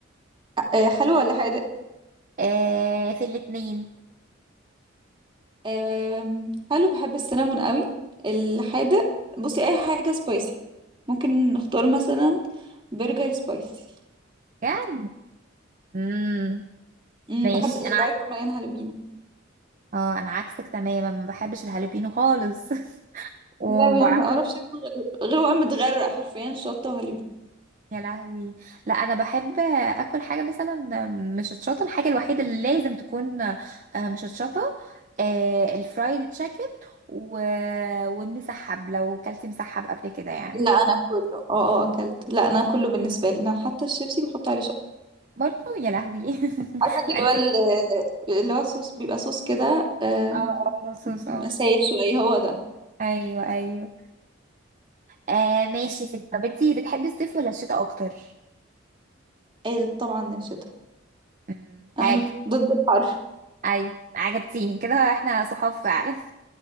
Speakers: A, on the right; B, on the right.
A: أه حلو ولا حادق
B: آه في الاتنين
A: أم، حلو بحب السينامون قوي الحادق بصي اي حاجة سبايسي ممكن نختار مثلا برجر سبايسي
B: يعني امم
A: مم،
B: ماشي
A: بحب اللي
B: انا ع-
A: هو يكون مليان هالوبينو
B: اه انا عكسك تماما ما بحبش الهالوبينو خالص <laughs> وبع...
A: لا انا ما اعرفش اكل غير غير وانا متغرق حرفيا شطة وهالوبينو
B: يا لهوي لا انا بحب اكل حاجه مثلا مشطشطه الحاجه الوحيده اللي لازم تكون آه، مشطشطه آه، الفرايد تشيكن و... ومسحب لو كلت مسحب قبل كده يعني
A: لا انا كله اه اه اكلت لا انا كله بالنسبة لي انا حتى الشيبسي بحط عليه
B: برضو يا لهوي <laughs>
A: عارفه انت
B: لا
A: اللي
B: انت
A: هو ال-
B: اه
A: اللي هو صوص بيبقى صوص كده آه،
B: اه مصوص
A: بيبقى
B: اه
A: سايل شويه هو ده
B: ايوه ايوه آه ماشي ست طب انتي بتحبي الصيف ولا الشتاء اكتر
A: قال طبعا الشتاء
B: مم، حلو
A: انا ضد الحر
B: ايوه عجبتيني كده احنا صحاب فعلا